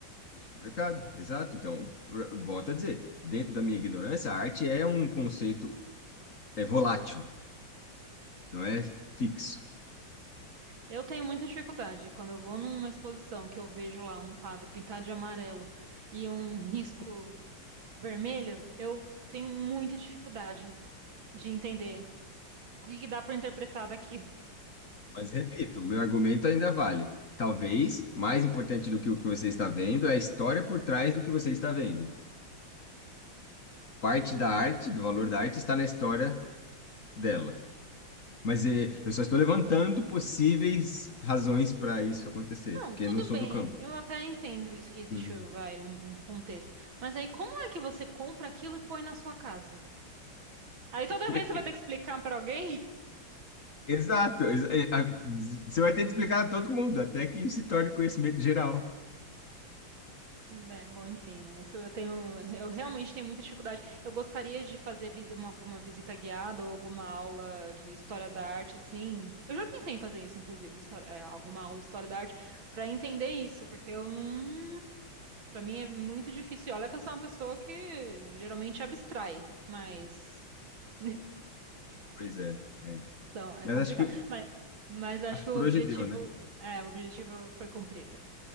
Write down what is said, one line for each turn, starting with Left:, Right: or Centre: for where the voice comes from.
Left: deixa um recado. Exato. Então, pr- volto a dizer: dentro da minha ignorância, a arte é um conceito é volátil, não é fixo.
Right: Eu tenho muita dificuldade quando eu vou numa exposição que eu vejo lá um quadro pintado de amarelo e um risco vermelho, eu tenho muita dificuldade de entender o que que dá para interpretar daquilo. <laughs>
Left: Mas repito, o meu argumento ainda vale. Talvez mais importante do que o que você está vendo é a história por trás do que você está vendo. Parte da arte, do valor da arte, está na história dela. Mas eh, eu só estou levantando possíveis razões para isso acontecer,
Right: Não,
Left: porque
Right: tudo
Left: eu não sou
Right: bem,
Left: do campo.
Right: eu até entendo isso que existe,
Left: Hum.
Right: vai, um, um contexto. Mas aí como é que você compra aquilo e põe na sua casa? Aí toda
Left: <laughs>
Right: vez você vai ter que explicar para alguém?
Left: Exato. exa- eh, a- Você vai ter que explicar a todo mundo, até que se torne conhecimento geral.
Right: É, bom, enfim, isso eu tenho, eu realmente tenho muita dificuldade. Eu gostaria de fazer visi- uma- alguma visita guiada ou alguma aula de história da arte, assim. Eu já pensei em fazer isso, inclusive, histó- é, alguma aula de história da arte, para entender isso, porque eu não, para mim é muito difícil. E Olha que eu sou uma pessoa que geralmente abstrai, mas <laughs>
Left: Pois é, é.
Right: então é
Left: Mas
Right: complicado.
Left: acho que,
Right: Mas, mas acho
Left: acho
Right: que
Left: que
Right: o
Left: por
Right: objetivo,
Left: hoje deu, né?
Right: é, o objetivo foi cumprido.